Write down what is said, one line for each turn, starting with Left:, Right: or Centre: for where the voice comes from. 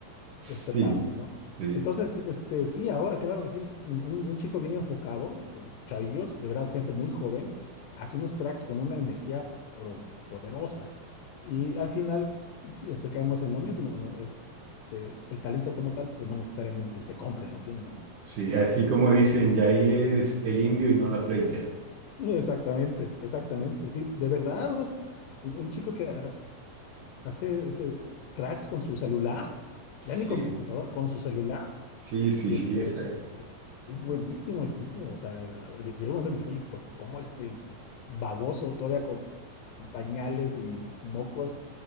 Right: Sí,
Left: respetables, ¿no?
Right: sí,
Left: Entonces, este, sí, ahora, claro que sí, un, un- un chico bien enfocado, eh, chavillos, de verdad, gente muy joven, hace unos tracks con una energía pero poderosa. Y al final, este, caemos en lo mismo, ¿no? Este, el talento como tal, pues no necesariamente se compra en la tienda, ¿no?
Right: sí. Así como dicen, ya ahí es el indio y no la flecha.
Left: Exactamente, exactamente. Sí, de verdad, unos- un, un chico que ha- hace este, tracks con su celular,
Right: Sí,
Left: ya ni con computadora, con su celular.
Right: sí, sí,
Left: Y
Right: sí,
Left: este,
Right: exacto.
Left: Es buenísimo el tipo, o sea, de- llega un momento que dice, oye, pero ¿cómo este baboso todavía con pañales y mocos